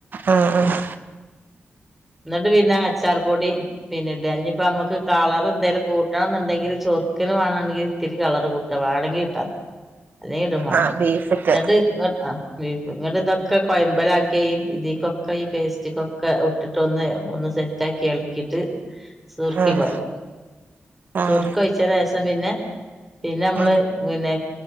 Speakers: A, on the right (about 60°); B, in the centre.
A: ആഹ് ആഹ്
B: ന്ന്ട്ട് പിന്നാ അച്ചാറ് പൊടി പിന്നെ ഇടഞ്ഞ ഇപ്പ നമുക്ക് കളർ എന്തായാലും കൂട്ടണം എന്നുണ്ടെങ്കിൽ ചൊർക്കന് വേണമെങ്കിൽ ഇത്തിരി കളർ കൂട്ടണം ട്ട വേണെങ്കിൽ ഇട്ടാതി അല്ല കിട്ടുമാണ്ടെ
A: ആഹ് ബീഫ്ക്ക്
B: എന്നിട്ട് ആഹ് നിങ്ങ ഇതൊക്കെ കൊയമ്പല ആക്കിയ ഈ ഇതിക്കൊക്കെ ഈ പേസ്റ്റക്കൊക്കെ ഇട്ടിട്ടൊന്ന് ഒന്ന് സെറ്റ ആക്കി ഇളക്കിട്ട് സുർക്കിമാര്
A: ഉം ആഹ്
B: സുർക്ക ഒഴിച്ച രസം പിന്നെ പിന്നെ നമ്മള്
A: ഉം
B: പിന്നെ